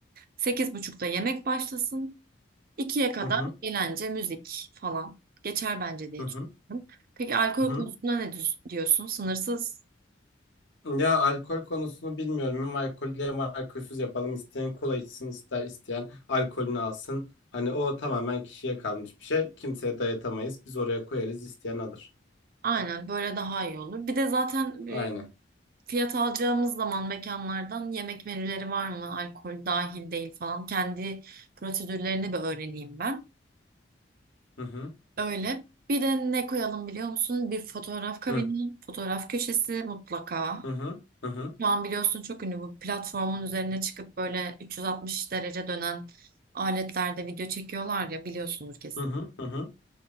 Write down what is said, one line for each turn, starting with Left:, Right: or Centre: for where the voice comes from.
Right: Sekiz buçukta yemek başlasın. İkiye kadar
Left: Hı hı.
Right: eğlence, müzik falan geçer bence diye
Left: Hı hı.
Right: düşünüyorum. Peki alkol
Left: Hı.
Right: konusunda ne düz- diyorsun? Sınırsız.
Left: Ya alkol konusunu bilmiyorum. Hem alkollü hem alkolsüz yapalım. İsteyen kola içsin, ister isteyen alkolünü alsın. Hani o tamamen kişiye kalmış bir şey. Kimseye dayatamayız. Biz oraya koyarız, isteyen alır.
Right: Aynen böyle daha iyi olur. Bir de zaten e,
Left: Aynen.
Right: fiyat alacağımız zaman mekanlardan yemek menüleri var mı? Alkol dahil değil falan. Kendi prosedürlerini bir öğreneyim ben.
Left: Hı hı.
Right: Öyle. Bir de ne koyalım biliyor musun? Bir fotoğraf kabini,
Left: Hı
Right: fotoğraf köşesi mutlaka.
Left: hı hı hı hı
Right: Şu an biliyorsun çok ünlü bu platformun üzerine çıkıp böyle 360 derece dönen aletlerde video çekiyorlar ya biliyorsunuz kesin.
Left: hı hı. hı.